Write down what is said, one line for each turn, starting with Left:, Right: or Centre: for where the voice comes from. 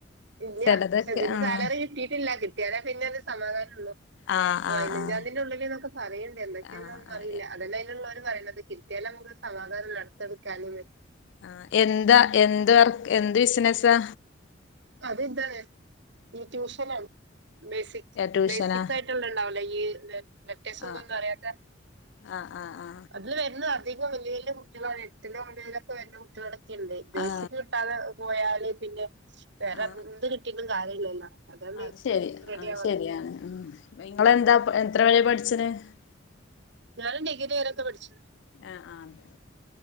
Right: ഇല്ല
Left: ചിലതൊക്കെ
Right: പക്ഷെ ഇതിന്റെ
Left: ആഹ്
Right: സാലറി കിട്ടിയിട്ടില്ല കി ട്ടിയാലേ പിന്നെ ഒരു സമാധാനം ഉള്ളൂ
Left: ആഹ്
Right: പതിനഞ്ചാം
Left: ആഹ് ആഹ്
Right: തിയതീന്റെ ഉള്ളില് എന്നൊക്കെ പറയിണ്ട് എന്തൊക്കെയൊന്നും
Left: ആഹ്
Right: അറിയില്ല
Left: ആഹ്
Right: അതന്നെ അതിനുള്ളോർ പറയണത് കിട്ടിയാലെ നമ്മക്ക് സമാധാനം ഉള്ളു <unintelligible>
Left: ആ എന്താ എന്ത് വർ എന്ത് ബിസിനസാ
Right: അത് ഇതാണ് ഈ ട്യൂഷൻ ആണ് ബേസിക്
Left: ട്യൂഷനാ
Right: ബേസിക് ആയിട്ടുള്ള ഉണ്ടാവൂലെ ഈ ലെറ്റേഴ്സ് ഒന്നും
Left: ആ
Right: വരാത്ത
Left: ആ ആ ആ
Right: അത് വരുന്നതാണ് അധികം വല്യ വല്യ കുട്ടികളാണ് എട്ടിലും ഒമ്പതിലുമൊക്കെ വരുന്ന കുട്ടികള് ബേസിക്ക്
Left: ആ
Right: കിട്ടാതെ പോയാല് പിന്നെ വേറെ
Left: ആ
Right: എന്ത് കിട്ടിയിട്ടും കാര്യമില്ലല്ലോ അതാണ്
Left: അത് ശരി
Right: റെഡി
Left: ആ
Right: ആവാതെ
Left: ശരിയാണ് ഉം നിങ്ങളെന്താ എത്ര വരെ പ <unintelligible>
Right: ഞാനും ഡിഗ്രി വരെയൊക്കെ പഠിച്ചു.
Left: ആഹ് ആഹ് അതെ.